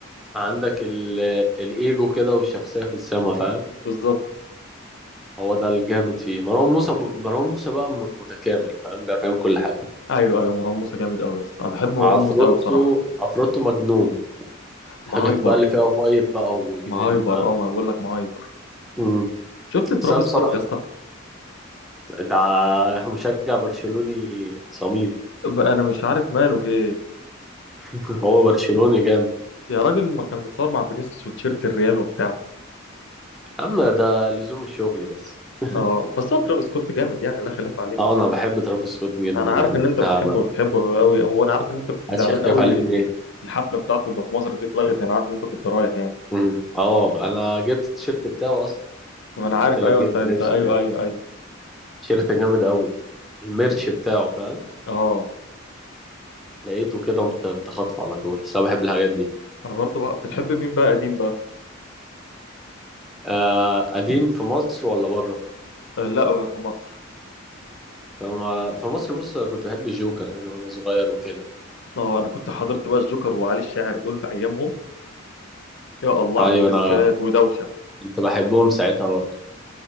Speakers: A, in the centre; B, on the left.
A: عندك ال- الايجو كده والشخصيه في السما فاهم
B: بالظبط
A: هو ده الجامد فيه مروان موسى ب... مروان موسى بقى م- متكامل فاهم بقى فاهم كل حاجه
B: ايوه ايوه مروان موسى جامد قوي يا اسطى انا بحب مروان
A: عفروتو
B: موسى قوي بصراحه
A: عفروتو مجنون
B: مهايبر
A: الحاجات بقى اللي فيها فايب بقى وجنان
B: مهايبر
A: فاهم
B: اه ما بقول لك مهايبر
A: امم
B: شفت ترافيس
A: بس أنا بصراحه
B: سكوت يا اسطى
A: ده مشجع برشلوني صميم
B: بقى انا مش عارف ماله في ايه
A: <laughs> هو برشلوني جامد
B: يا راجل ما كان متصور مع فينيسيوس وتيشيرت الريال وبتاع
A: اما ده لزوم الشغل بس <laughs>
B: اه بس هو ترافيس سكوت جامد يعني لا خلاف عليه
A: اه انا بحب ترافيس سكوت جدا
B: انا عارف
A: يعني
B: ان انت
A: لا
B: بتحبه
A: ما
B: بتحبه قوي وانا عارف ان انت كنت
A: حدش
B: زعلان
A: يختلف
B: قوي
A: عليه اتنين
B: الحفله بتاعته اللي في مصر دي اتلغت انا عارف ان انت كنت رايح يعني
A: مم. اه انا جبت التيشيرت بتاعه اصلا
B: ما
A: لما
B: انا عارف
A: قلت لك
B: ايوه
A: جبت
B: انت انت
A: لبسه
B: ايوه
A: كده
B: ايوه ايوه
A: تيشيرت جامد قوي الميرش بتاعه فاهم
B: اه
A: لقيته كده مت- متخطف على طول بس انا بحب الحاجات دي
B: انا برضو بقى بتحب مين بقى قديم بقى
A: آه قديم في مصر ولا بره
B: آه لا في مصر
A: فما في مصر بص انا كنت بحب الجوكر يعني وانا صغير وكده
B: اه انا كنت حضرت بقى الجوكر وعلي الشاعر دول في ايامهم يا الله
A: ايوه
B: على الدسات
A: انا
B: ودوشه
A: كنت بحبهم ساعتها برضه